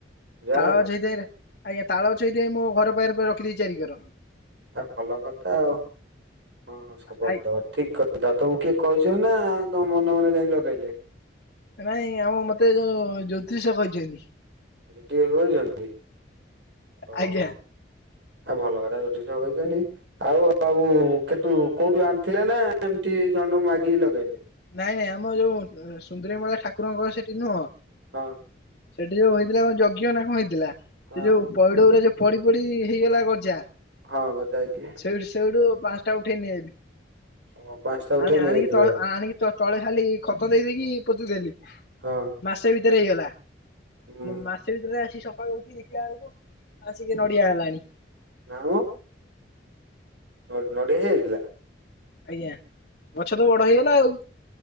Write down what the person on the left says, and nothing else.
ତାଳ
ଛଇଥ ଆଜ୍ଞା ତାଳ ଛଇଥିାଇଁ ମୁୋ ଘର ପାଖ ରଖିଦେଇଛି ଚାରି କର।
ଆ
ନାଇଁ ଆମ ମତେ ଯୋଉ ଜ୍ୟୋତିଷ କହିଛନ୍ତି।
ଆଜ୍ଞା
ନାଇଁ ନାଇଁ ଆମ ଯୋଉ ସୁନ୍ଦରୀମଳା ଠାକୁରଙ୍କର ସେଠି ନୁହଁ।
ସେଠି ଯୋଉ ହେଇଥିଲା କଣ ଯଜ୍ଞ ନା କଣ ହେଇଥିଲା
ସେ ଯୋଉ
ପଇଡ ଗୁଡା ଯୋଉ ପଡି ପଡି ହେଇଗଲା ଗଜା।
ସେଇଠି ସେଇଠୁ ପାଞ୍ଚଟା ଉଠେଇନ ଆ
ଆଣ
ଆଣିକି
ଆଣିକି ତଳେ ଖାଲି ଖତ ଦେଇ ଦେଇେଇକି ପୋତିଦଲି
ମାସେ ଭିତରେ ହେଇଗଲା
ମାସେ ଭିତରେ ଆସି ସକାଳୁ ଉଠି ଦେଖିଲା ବେଳକୁ ଆସି କି ନଡି ଆୟ ଲାଣି
ଆଜ୍ଞା ଗଛ ତ ବଡ ହେଇଗଲା ଆଉ